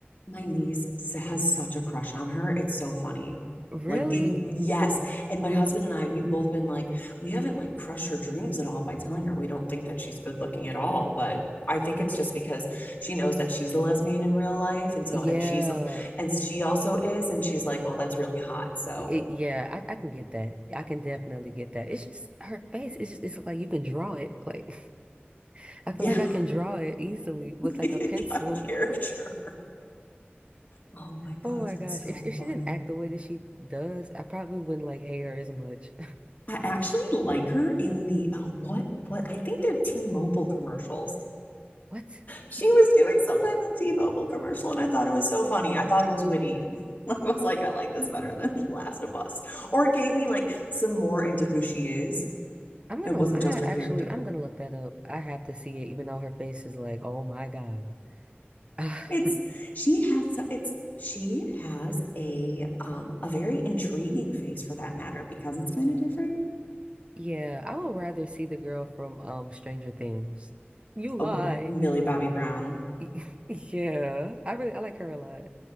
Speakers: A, on the left (about 35°); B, on the right (about 25°).
A: my niece has such a crush on her. It's so funny.
B: Really?
A: Like the yes. And my husband and I, we've both been like, we haven't like crushed her dreams at all by telling her we don't think that she's good looking at all, but I think it's just because she knows that she's a lesbian in real life. And so,
B: Yeah.
A: and she's, and she also is. And she's like, well, that's really hot. So,
B: It, yeah, I, I can get that. I can definitely get that. It's just her face. It's just it's like you can draw it. Like <laughs> I feel
A: yeah,
B: like I can draw it easily with
A: like
B: like a pencil.
A: <laughs> I got a character.
B: <laughs>
A: Oh my
B: Oh
A: gosh,
B: my gosh.
A: it's so
B: If if she
A: funny.
B: didn't act the way that she does, I probably wouldn't like hate her as much.
A: I actually like her in the uh, what what I think they're T-Mobile commercials.
B: <laughs> What?
A: She was doing some type of T-Mobile commercial, and I thought it was so funny. I thought it was witty. <laughs> I was like, I like this better than <laughs> Last of Us, or it gave me like some more into who she is.
B: I'm gonna
A: It wasn't
B: I
A: just her
B: actually
A: character.
B: I'm gonna look that up. I have to see it, even though her face is like, oh my God. <laughs>
A: It's she has so, it's she has a um a very intriguing face for that matter because it's kind of different.
B: Yeah, I would rather see the girl from um Stranger Things. You lie.
A: Oh, Millie Bobby Brown
B: <laughs> Yeah, I really I like her a lot.